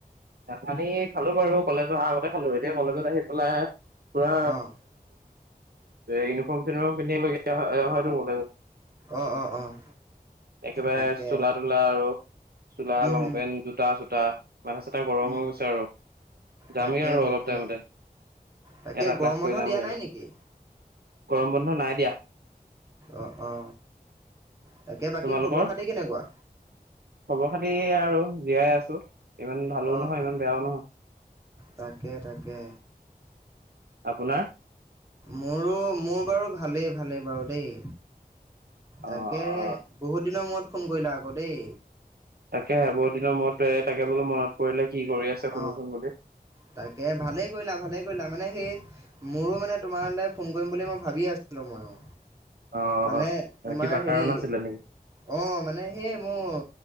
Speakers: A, on the right; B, on the right.
A: পানী খালো বাৰু কলেজ অহা আগতে খালো এতিয়া কলেজত আহি পেলাই পুৰা
B: অ'
A: ইউনিফৰ্ম চনিফৰ্ম পিন্ধিলে অহাটো হল
B: অ' অ' অ'
A: একেবাৰে
B: তাকে
A: চোলা তোলা আৰু চোলা
B: উম
A: লং
B: উম
A: পেণ্ট জোতা চোতা মান গৰম
B: উম
A: হৈ গৈছে আৰু যামেই
B: তাকে
A: আৰু
B: তাকে
A: অলপ টাইমতে
B: তাকে
A: এটা
B: গৰম
A: ক্লাছ
B: বন্ধ
A: কৰি যামগৈ
B: দিয়া নাই নেকি?
A: গৰম বন্ধ নাই দিয়া।
B: অ অ তাকে বাকী
A: তোমালোকৰ
B: খবৰ খাতি কেনেকুৱা?
A: খবৰ খাতি আৰু জীয়াই আছো ইমান ভালো
B: অ'
A: নহয়
B: অ'
A: ইমান বেয়াও নহয়।
B: তাকে তাকে।
A: আপোনাৰ?
B: মোৰো মোৰ বাৰু ভালেই ভালেই বাৰু দেই তাকে
A: অ অ
B: বহুত দিনৰ মূৰত ফোন কৰিলা আকৌ দেই
A: তাকে বহুত দিনৰ মূৰত তাকে বোলো মনত পৰিলে কি কৰি আছে। সুধোচোন
B: অ
A: বুলি
B: তাকে ভালেই কৰিলা ভালেই কৰিলা মানে সেই মোৰো মানে তোমালৈ ফোন কৰিম বুলি মই ভাবি আছিলো মইয়ো
A: অ
B: মানে তোমাৰ
A: কিবা
B: হেৰি
A: কাৰণ আছিলে নেকি
B: অ মানে সেই মোৰ